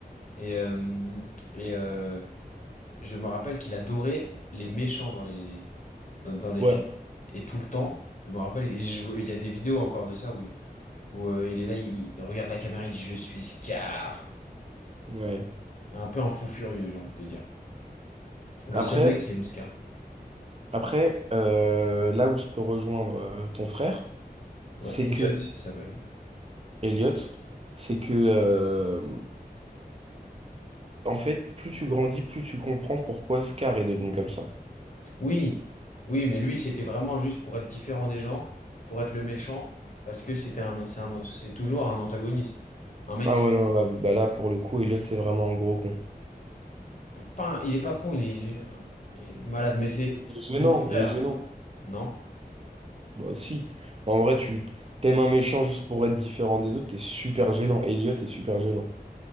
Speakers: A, on the left (about 50°); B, on the right (about 40°).
A: et euh, et euh, je me rappelle qu'il adorait les méchants dans les dans, dans les
B: Ouais,
A: films et tout le temps. Je me rappelle, et je- il y a des vidéos encore de ça où, où euh, il est là, il, il regarde la caméra, il dit je suis Scar.
B: ouais.
A: Un peu un fou furieux, j'ai envie de te dire. Le
B: Après,
A: seul mec Ok. qui aime Scar.
B: après euh, là où je peux rejoindre euh, ton frère, c'est
A: Ouais, Elliot,
B: que,
A: il s'appelle.
B: Elliot, c'est que, euh, en fait, plus tu grandis, plus tu comprends pourquoi Scar est devenu comme ça.
A: Oui, oui, mais lui, c'était vraiment juste pour être différent des gens, pour être le méchant, parce que c'était un, c'est un- c'est toujours un antagoniste. Un mec
B: Ah
A: qui.
B: ouais, non, là, bah là, pour le coup, Elliot, c'est vraiment un gros con.
A: Pas un- il est pas con, il est, il est malade, mais c'est
B: Il est gênant,
A: c'est mon frère.
B: il est gênant.
A: Non?
B: Bah si, en vrai, tu t'aimes un méchant juste pour être différent des autres, t'es super gênant. Elliot est super gênant.